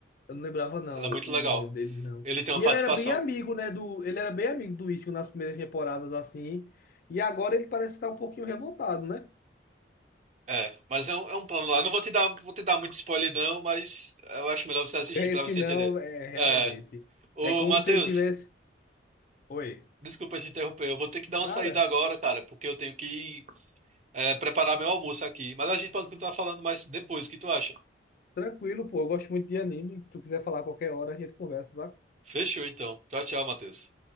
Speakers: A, on the left; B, on the right.
A: Eu não lembrava, não,
B: ela é muito
A: o
B: legal.
A: o nome dele, não.
B: Ele tem uma
A: E
B: participação.
A: ele era bem amigo, né? Do, ele era bem amigo do Ichigo nas primeiras temporadas, assim. E agora ele parece estar um pouquinho revoltado, né?
B: É, mas é um, é um plano lá. Não vou te dar, vou te dar muito spoiler, não, mas eu acho melhor você assistir
A: Porque esse
B: pra você
A: não,
B: entender.
A: é realmente.
B: É, ô,
A: É como
B: Matheus,
A: se ele tivesse. Oi.
B: desculpa te interromper. Eu vou ter que dar
A: Nada.
B: uma saída agora, cara, porque eu tenho que é, preparar meu almoço aqui. Mas a gente pode continuar falando mais depois. O que tu acha?
A: Tranquilo, pô. Eu gosto muito de anime. Se tu quiser falar a qualquer hora, a gente conversa, tá?
B: Fechou, então. Tchau, tchau, Matheus.